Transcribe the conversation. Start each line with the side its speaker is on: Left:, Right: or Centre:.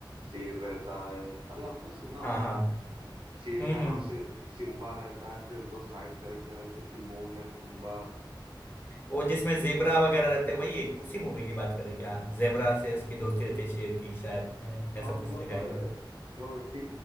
Right: शेर रहता है अरे आपने सुना
Left: हाँ
Right: होगा
Left: हाँ
Right: अ, शेर
Left: हम्म
Right: का
Left: हम्म
Right: नाम से सिम्बा रहता है फिर दो साइड कैरेक्टर रहते हैं टिमोन एंड पुम्बा
Left: वो जिसमें जेबरा वगैरह रहते हैं, वही एक उसी मूवी की बात करें क्या जेबरा से उसकी दोस्ती रहती है शेर की शायद मैंने
Right: हाँ
Left: ऐसा
Right: मतलब
Left: कुछ देखा
Right: अ,
Left: है क्या
Right: जो टि,